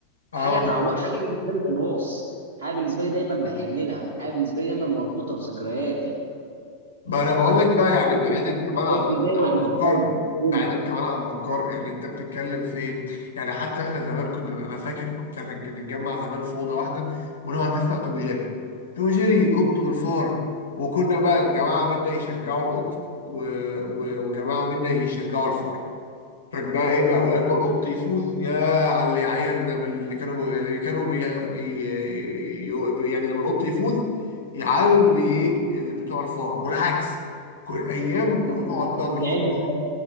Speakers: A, on the right (about 50°); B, on the left (about 70°).
A: حاجه
B: اه
A: تعو... حاجه بالنسبه لي تراث حاجه بالنسبه لي دايما بحن لها حاجه بالنسبه لي دايما مربوطه في ذكرياتي
B: ما انا بقول لك بقى يعني بعيدا
A: انت
B: كمان
A: انت
B: عن
A: انت زي
B: عن عن
A: ولا
B: بكار
A: مش زي قول
B: بعيدا
A: لي
B: كمان عن بكار يعني انت بتتكلم في ايه يعني حتى احنا زمان كنا انا فاكر كنت هنج- نتجمع زمان في اوضه واحده ونقعد نسمع توم جيري توم جيري القط والفار وكنا بقى جماعه منا يشجعوا القط و... و... وجماعه منا يشجعوا الفار كان بقى ايه بقى ولما القط يفوز يا على اللي يعايرنا باللي كانوا بي... اللي كانوا بي... ي... ي- يعني لما القط يفوز يعايروا اللي بي ايه اللي بتوع الفار والعكس كل ايام
A: انت كنت
B: ونقعد
A: من
B: بقى
A: مشجعين
B: طول الظهر
A: ال-